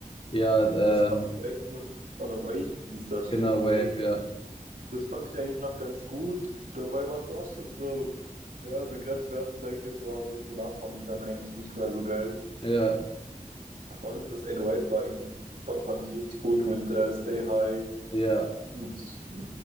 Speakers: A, on the left (about 40°); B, on the right (about 80°).
A: Ja,
B: Das fand
A: ähm,
B: ich eigentlich noch, oder Wave hieß das,
A: genau,
B: stimmt,
A: Wave,
B: Wave.
A: ja.
B: Das fand ich eigentlich noch ganz gut. Dabei war es auch schon so, ja, so grenzwertig, sage ich jetzt mal. Und das danach fand ich dann eigentlich nicht mehr so geil.
A: Ja,
B: Vor allem das 808 war eigentlich, war- fand ich richtig gut mit äh, Stay High
A: ja.
B: und äh,